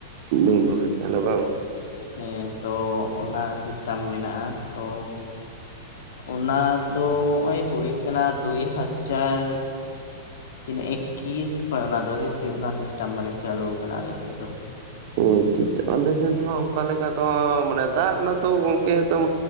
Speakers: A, on the right; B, on the left.
A: ᱵᱚᱱᱫᱚ ᱜᱮ ᱛᱟᱦᱮᱱᱟ ᱵᱟᱝ᱾
B: ᱦᱮᱸ, ᱚ ᱚᱱᱟ ᱥᱤᱥᱴᱟᱢ ᱢᱮᱱᱟᱜᱼᱟ, ᱛᱚ ᱚᱱᱟ ᱫᱚ ᱦᱚᱜᱼᱚᱭ ᱦᱩᱭ ᱠᱟᱱᱟ ᱫᱩᱭ ᱦᱟᱡᱽᱡᱟᱨ ᱛᱤᱱᱟᱹᱜ ᱮᱠᱠᱤᱥ ᱠᱷᱚᱡ ᱚᱱᱟ ᱫᱚ ᱥᱤᱥᱤ ᱚᱱᱟ ᱥᱤᱥᱴᱮᱢ ᱢᱟᱱᱮ ᱪᱟᱹᱞᱩᱣ ᱠᱟᱱᱟ ᱟᱞᱮ ᱥᱮᱫ ᱫᱚ᱾
A: ᱚ ᱟᱪᱪᱷᱟ ᱟᱪᱪᱷᱟ᱾ ᱚᱸᱰᱮ ᱥᱮᱱ ᱫᱚ ᱦᱟᱸᱜ ᱚᱱᱠᱟ ᱞᱮᱠᱟ ᱫᱚᱻ ᱢᱟᱱᱮ ᱫᱟᱜ ᱨᱮᱱᱟᱜ ᱛᱚ ᱜᱚᱝᱠᱮ ᱮᱠᱫᱚᱢ